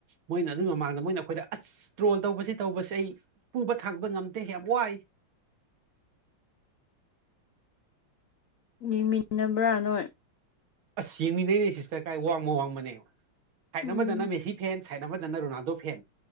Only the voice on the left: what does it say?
ꯌꯦꯡꯃꯤꯟꯅꯕ꯭ꯔꯥ ꯅꯣꯏ
ꯎꯝ